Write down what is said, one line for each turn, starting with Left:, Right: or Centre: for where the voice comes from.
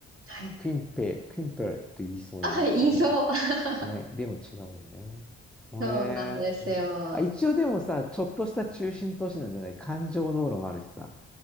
Right: はい。
Centre: クインペ、クインペールって言いそうだな、
Right: あ、はい、言いそう。
Centre: なんて。
Right: <laughs>
Centre: ね、でも違うよね。もえー、
Right: そうなんですよ。
Centre: 面白い。あ、一応でもさ、ちょっとした中心都市なんじゃない環状道路もあるしさ。